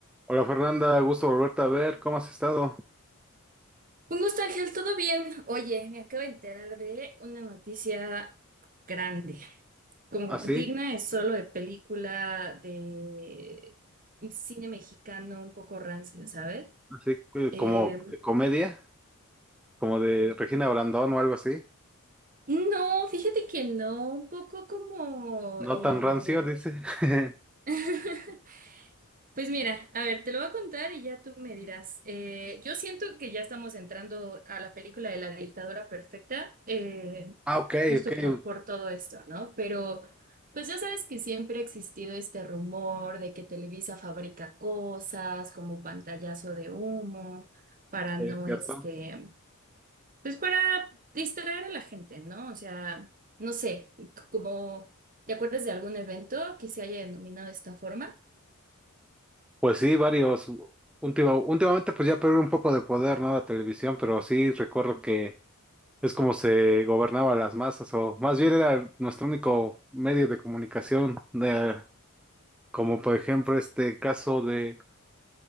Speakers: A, in the centre; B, on the right.
A: Hola Fernanda, gusto volverte a ver. ¿Cómo has estado?
B: Un gusto, Ángel, ¿todo bien? Oye, me acabo de enterar de una noticia grande, como
A: ¿Así?
B: digna es solo de película de cine mexicano un poco rancio, ¿sabes?
A: ¿Así que
B: Eh,
A: como de comedia? ¿Como de Regina Brandón o algo así?
B: no, fíjate que no, un poco como
A: No
B: eh,
A: tan rancio, dice. <laughs>
B: <laughs> Pues mira, a ver, te lo voy a contar y ya tú me dirás. Eh, yo siento que ya estamos entrando a la película de la dictadura perfecta, eh,
A: Ah, ok,
B: justo
A: ok,
B: por,
A: sí,
B: por todo esto, ¿no? Pero pues ya sabes que siempre ha existido este rumor de que Televisa fabrica cosas como pantallazo de humo para
A: es
B: no,
A: cierto.
B: este, pues para distraer a la gente, ¿no? O sea, no sé, como, ¿te acuerdas de algún evento que se haya denominado de esta forma?
A: Pues sí, varios. Última- últimamente pues ya perdió un poco de poder, ¿no? La televisión, pero sí recuerdo que es como se gobernaba las masas, o más bien era nuestro único medio de comunicación, de, como por ejemplo este caso de...